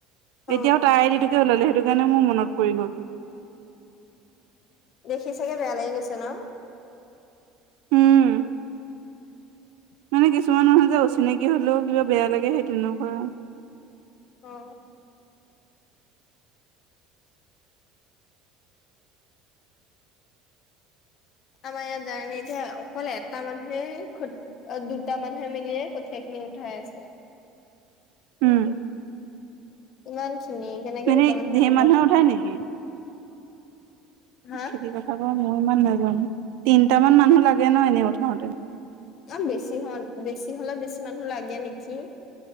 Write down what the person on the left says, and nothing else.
অ
দেখি চাগে বেয়া লাগি গৈছে ন।
অ। আমাৰ ইয়াত যানে নে, এতিয়া অকল এটা মানুহে খ অ দুটা মানুহে মিলিয়ে কঠীয়া খিনি উঠাই আছে।
ইমান খিনি কেনেকে
দুটা মানহে
হ'ব?
হা
অ বেছি হল, বেছি হ'লে বেছি মানুহ লাগে নেকি।